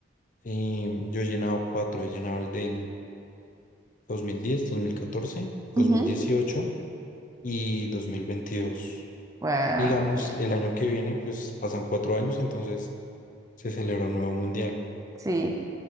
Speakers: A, on the left; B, on the right.
A: eh, yo he llenado cuatro, he llenado el del dos dos mil mil diez, dos mil catorce, dos
B: es.
A: mil dieciocho y dos mil veintidós,
B: Wow,
A: Digamos,
B: yeah,
A: el año que viene, pues pasan cuatro años, entonces se celebra un nuevo mundial.
B: sí.